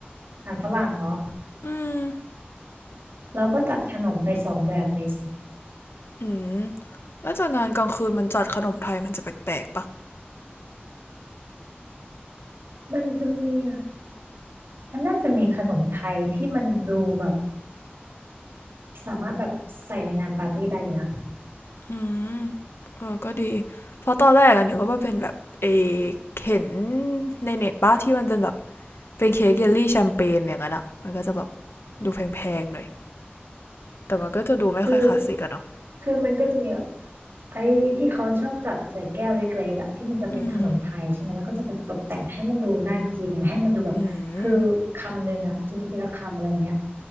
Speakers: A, on the right (about 75°); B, on the left (about 80°).
A: อาหารฝรั่งเหรอ
B: อืม
A: เราก็จัดขนมไปสองแบบเลยสิ
B: อืมแล้วจากงานกลางคืนมันจัดขนมไทยมันจะแปลกๆปะ
A: มันจะมีอะมันน่าจะมีขนมไทยที่มันดูแบบสามารถแบบใส่ในงานปาร์ตี้ได้อยู่นะ
B: อืมเออก็ดีเพราะตอนแรกอะนึกว่าเป็นแบบเออเห็นในเน็ตป้าที่มันเป็นแบบเป็นเค้กเยลลี่แชมเปญอย่างนั้นอะมันก็จะแบบดูแพงๆหน่อยแต่มันก็จะดูไม่ค่อยคลาสสิกอะเนาะ
A: คือคือมันก็จะมีแบบไอ้ที่เขาชอบจัดใส่แก้วเล็กๆอะที่มันจะเป็นขนมไทยใช่ไหมแล้วก็จะแบบตกแต่งให้มันดูน่ากินอย่างให้มันดูแบบคือคำหนึ่งอะกินทีละคำอะไรเงี้ย
B: อืมอืม